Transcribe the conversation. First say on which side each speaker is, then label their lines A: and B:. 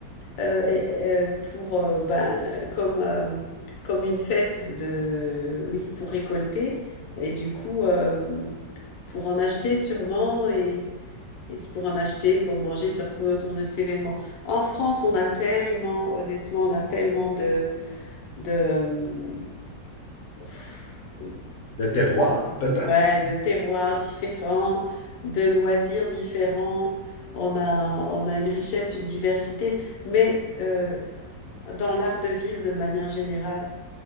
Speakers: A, on the left; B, on the left.
A: euh, et- euh, pour, euh, ben, comme, euh, comme une fête de, oui, pour récolter. Et du coup, euh, pour en acheter sûrement. Et, Et c'est pour en acheter, pour manger, se retrouver autour de cet événement. En France, on a tellement, honnêtement, on a tellement de, de, pff,
B: De terroir, peut-être?
A: ouais, de terroirs différents, de loisirs différents. On a, on a une richesse, une diversité, mais euh, dans l'art de vivre de manière générale,